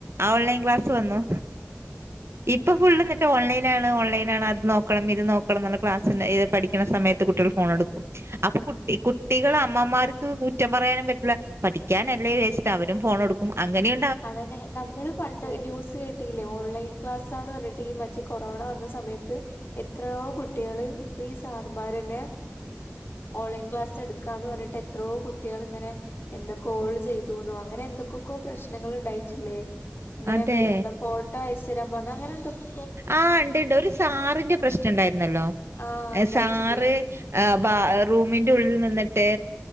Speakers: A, on the right (about 65°); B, on the left (about 55°).
A: ഓൺലൈൻ ക്ലാസ്സ് വന്നു. ഇപ്പൊ ഫുൾ എന്നിട്ട് ഓൺലൈനാണ് ഓൺലൈനാണ് അത് നോക്കണം ഇത് നോക്കണം എന്നുള്ള ക്ലാസ്സി ഇത് പഠിക്കുന്ന സമയത്ത് കുട്ടികൾ ഫോൺ എടുക്കും അപ്പൊ കുട്ടി കുട്ടികൾ അമ്മമാർക്ക് കുറ്റം പറയാനും പറ്റൂല്ല. പഠിക്കാൻ അല്ലേ വേചിട്ടു അവരും ഫോൺ എടുക്കും അങ്ങനെയ
B: അതനെ നമ്മള് പണ്ട് ന്യൂസ് കേട്ട ട്ടില്ലേ ഓൺലൈൻ ക്ലാസ്സാന്ന് പറഞ്ഞിട്ട് ഈ മറ്റെ കൊറോണ വന്ന സമയത്ത് എത്രയോ കുട്ടികള് ഇപ്പൊ ഈ സാറുമാരു തന്നെ ഓൺലൈൻ ക്ലാസ് എടുകാന്ന് പറഞ്ഞിട്ട് എത്രയോകുട്ടികൾ ഇങ്ങനെ എന്തൊ കോള് ചെയ്തുന്നോ അങ്ങനെ എന്തൊക്കൊക്കോ പ്രശ്ന ശ്നങ്ങള് ഉണ്ടായിട്ടില്ലേ ഇങ്ങനെ
A: അതെ
B: എന്താ ഫോട്ടോഅയച്ചു തരാൻ പറഞ്ഞ് അങ്ങനെ എന്തൊക്ക
A: ആഹ് ഉണ്ട്ണ്ട് ഒരു സാറിന്റെ പ്രശ്നം ഉണ്ടായിരുന്നല്ലോ.
B: ആഹ് ഉണ്ടായിട്ടുണ്ട്
A: സാറ് ആ ബ റൂമിന്റെ ഉള്ളിൽ നിന്നിട്ട്